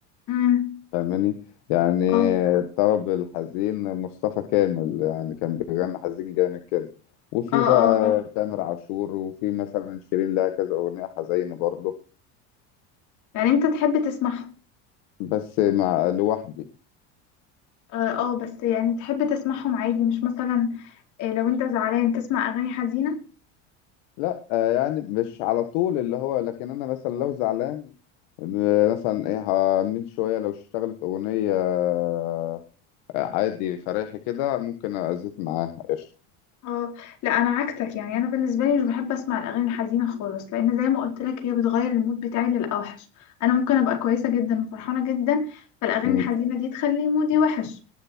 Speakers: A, on the left; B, on the left.
A: امم
B: فاهماني يعني
A: اه
B: الطرب الحزين مصطفى كامل يعني كان بيغني حزين جامد كده وفي
A: اه
B: بقى
A: اه اه
B: تامر عاشور وفي مثلا شيرين لها كذا أغنية حزينة برضه
A: يعني انت تحب تسمعهم
B: بس مع لوحدي
A: اه آه، بس يعني تحب تسمعهم عادي مش مثلا إيه لو انت زعلان تسمع اغاني حزينة
B: لا آه، يعني مش على طول اللي هو لكن انا مثلا لو زعلان م- مثلا ايه هعمل شويه لو اشتغلت اغنيه آه، عادي فريحي كده ممكن ازيت معاها قشطه
A: اه لا انا عكسك يعني انا بالنسبه لي مش بحب اسمع الاغاني الحزينه خالص لان زي ما قلت لك هي بتغير المود بتاعي للاوحش انا ممكن ابقى كويسه جدا وفرحانه جدا فالاغاني
B: مم،
A: الحزينه دي تخلي مودي وحش